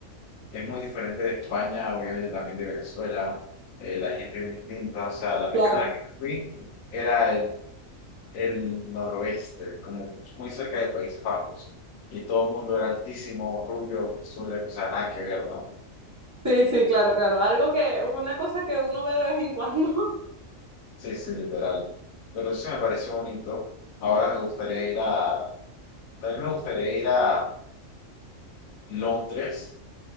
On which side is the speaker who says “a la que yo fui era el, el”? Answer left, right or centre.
Left